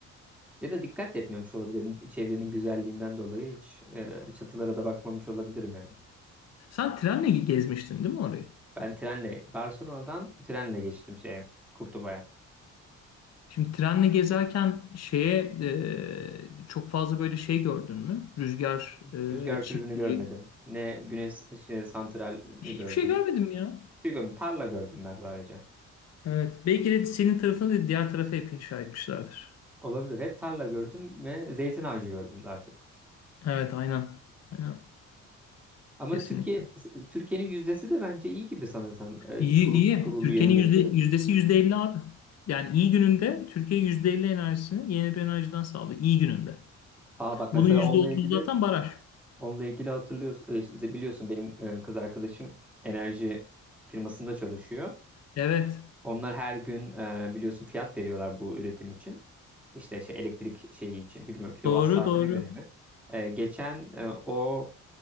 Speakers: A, in the centre; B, on the left.
A: Ya da dikkat de etmemiş olabilirim. Çevrenin güzelliğinden dolayı hiç e, çatılara da bakmamış olabilirim yani.
B: Sen trenle gezmiştin değil mi orayı?
A: Ben trenle, Barcelona'dan trenle geçtim şeye, Kurtuba'ya.
B: Şimdi trenle gezerken şeye e, çok fazla böyle şey gördün mü? Rüzgar
A: Hiç Rüzgar
B: e, çiftliği.
A: türbünü görmedim. Ne güneş ışığı santral
B: Hiçbir
A: gördüm.
B: şey görmedim
A: Hiçbir
B: ya.
A: şey görmedim. Tarla gördüm ben sadece.
B: Evet. Belki de senin tarafını da diğer tarafa hep inşa etmişlerdir.
A: Olabilir. Hep tarla gördüm ve zeytin ağacı gördüm daha çok.
B: Evet aynen. Aynen.
A: Ama
B: Kesinlikle.
A: Türkiye Türkiye'nin yüzdesi de bence iyi gibi sanırsam e,
B: İyi
A: kuru-
B: iyi.
A: kurulu
B: Türkiye'nin
A: yenilebilir.
B: yüzde, yüzdesi yüzde elli abi. Yani iyi gününde Türkiye yüzde elli enerjisini yeni bir enerjiden sağlıyor. İyi gününde.
A: Aa bak
B: Bunun
A: mesela
B: yüzde
A: onunla
B: otuz
A: ilgili
B: zaten baraj.
A: onunla ilgili hatırlıyorsun e, şimdi biliyorsun benim e, kız arkadaşım enerji firmasında çalışıyor.
B: Evet.
A: Onlar her gün e, biliyorsun fiyat veriyorlar bu üretim için. İşte şey elektrik şeyi için bilmiyorum kilowatt
B: Doğru
A: saatine
B: doğru.
A: göre mi? E, geçen e, o